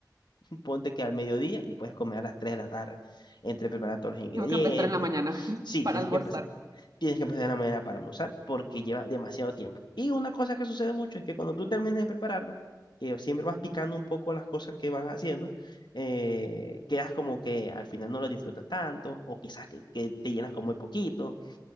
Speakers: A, on the left; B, on the right.
A: <laughs> ponte que al mediodía y puedes comer a las 3 de la tarde, entre preparar todos los ingredientes.
B: Tengo que empezar en la mañana <laughs>
A: Sí,
B: para
A: tienes
B: almorzar,
A: que empezar tienes que empezar de la mañana para almorzar porque lleva demasiado tiempo. Y una cosa que sucede mucho es que cuando tú termines de prepararlo, que siempre vas picando un poco las cosas que vas haciendo, eh, quedas como que al final no lo disfrutas tanto o quizás que, que te llenas con muy poquito.